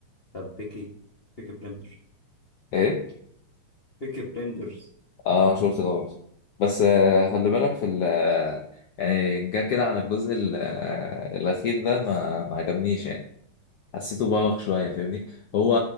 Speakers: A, on the left (about 40°); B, on the left (about 65°).
A: طب بيكي بيكي بلندرز
B: ايه
A: بيكي بلندرز
B: اه شفت ده برضه بس آه، خلي بالك في ال آه، يعني جا كده عن الجزء ال- آه، الأخير ده ما ما عجبنيش يعني حسيته بوخ شوية فاهمني هو